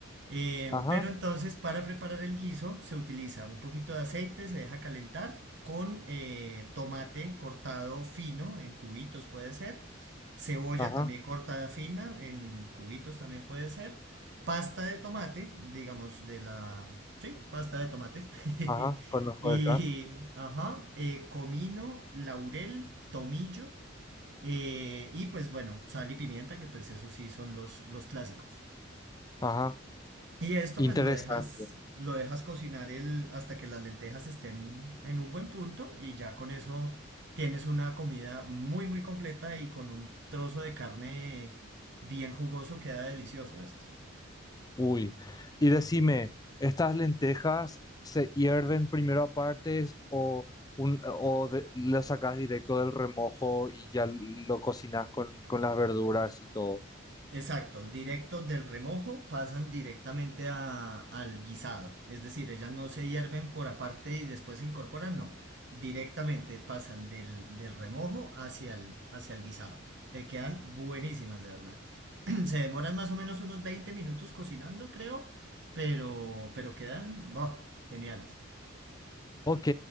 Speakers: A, on the right; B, on the left.
A: Eh,
B: Ajá,
A: pero entonces para preparar el guiso se utiliza un poquito de aceite, se deja calentar con eh, tomate cortado fino en cubitos puede ser, Cebolla
B: ajá,
A: también cortada fina, en cubitos también puede ser. Pasta de tomate, digamos de la... Sí, pasta de tomate.
B: ajá.
A: <laughs>
B: Conozco
A: Y,
B: esa.
A: ajá, eh, comino, laurel, tomillo. eh, y pues bueno, sal y pimienta, que pues eso sí son los, los clásicos.
B: Ajá.
A: Y esto
B: Interesante.
A: pues lo dejas, lo dejas cocinar el, hasta que las lentejas estén en un buen punto y ya con eso tienes una comida muy muy completa y con un trozo de carne bien jugoso queda delicioso esto.
B: Uy, y decime, ¿estas lentejas se hierven primero aparte o, un, o de- lo sacas directo del remojo y ya lo cocinas con, con las verduras y todo?
A: Exacto, directo del remojo pasan directamente a- al guisado. Es decir, ellas no se hierven por aparte y después se incorporan, no. Directamente pasan del, del remojo hacia el, hacia el guisado. Te quedan buenísimas, de verdad. <clears throat> Se demoran más o menos unos 20 minutos cocinando, creo, pero, pero quedan, ¡buah! geniales.
B: Ok,